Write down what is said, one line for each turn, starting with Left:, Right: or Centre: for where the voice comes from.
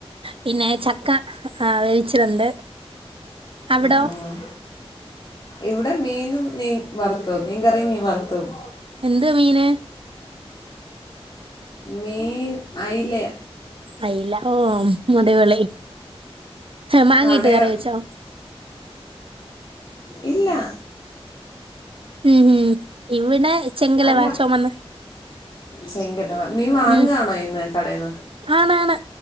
Right: പിന്നെ ചക്ക ആ വേവിച്ചതുണ്ട്. അവിടോ
Left: ഉം ഉം ഇവിടെ മീനും, മീൻ വറുത്തതും മീൻ കറിം, മീൻ വറുത്തതും.
Right: എന്ത് മീന്.
Left: മീൻ അയിലെ.
Right: അയില്ല ഓ <unintelligible> മാങ്ങിട്ട്
Left: അവിടെയോ
Right: കറി വെച്ചോ?
Left: ഇല്ല.
Right: ഉഹും ഇവിടെ ചെങ്കലവ
Left: അല്ല
Right: ചൊമന്ന.
Left: ചെങ്കടവ മീൻ വാങ്ങുകയാണോ
Right: ഉം
Left: ഇന്ന് കടയിൽ നിന്ന്
Right: ആണാണ്